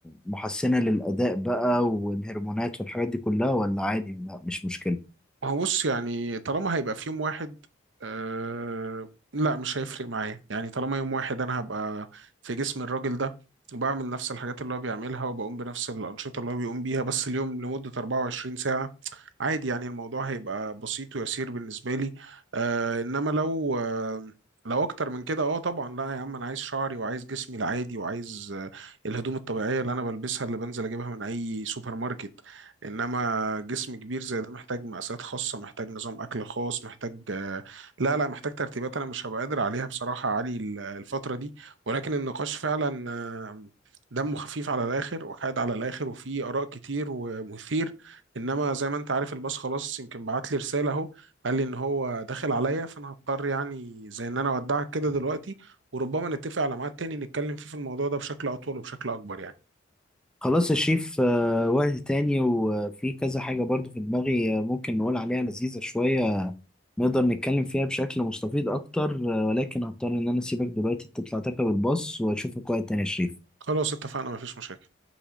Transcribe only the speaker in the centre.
محسنه للاداء بقى والهرمونات والحاجات دي كلها ولا عادي لا مش مشكله
خلاص يا شيف آه، وقت تاني وفي كذا حاجة برضو في دماغي آه، ممكن نقول عليها لذيذة شوية نقدر نتكلم فيها بشكل مستفيض أكتر آه، ولكن هضطر إن أنا أسيبك دلوقتي تطلع تركب الباص وأشوفك وقت تاني يا شريف